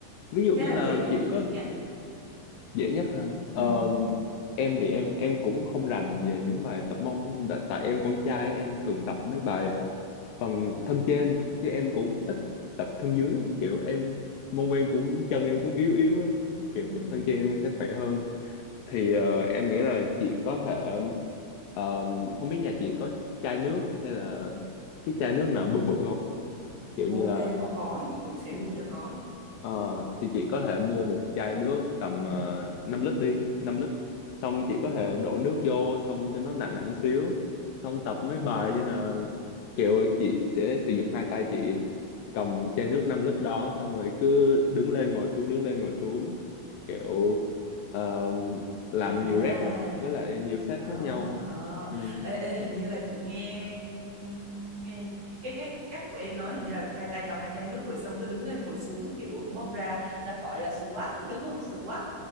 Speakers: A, on the left (about 75°); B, on the right (about 50°).
A: Ví dụ
B: cái
A: như
B: nào
A: là
B: dễ nhất
A: chị
B: cho
A: có
B: chị nha
A: dễ nhất ha
B: ừ
A: Ờ, em thì em em cũng không rành về những bài tập mông lắm. tại, tại em con trai em thường tập mấy bài ờ, phần thân trên chứ em cũng ít tập thân dưới lắm. kiểu em mông em cũng chân em cũng yếu yếu á kiểu
B: ừ.
A: thân trên em sẽ khỏe hơn thì ờ, em nghĩ là chị có thể ờ, không biết nhà chị có chai nước hay là cái chai nước nào bự bự không kiểu
B: ok
A: như là
B: không có thì chị cũng sẽ
A: Ừ,
B: mua cho có thôi
A: Ờ, thì chị có thể mua một chai nước tầm
B: ừ
A: uh, 5 lít đi, 5 lít. Xong chị có thể đổ nước vô xong cho nó nặng nặng xíu. Xong tập mấy bài như là kiểu chị sẽ sử dụng hai tay chị cầm chai nước 5 lít đó xong rồi cứ đứng lên ngồi xuống đứng lên ngồi xuống kiểu ờ, làm
B: à
A: nhiều rep á với lại nhiều set
B: à
A: khác nhau.
B: ờ
A: Ừ,
B: ê, ê, hình như là chị nghe ừ, nghe cái cái cách của em nói hình như là hai tay cầm hai chai nước rồi xong cứ đứng lên ngồi xuống mà kiểu ưỡn mông ra ta gọi là squat đúng không squat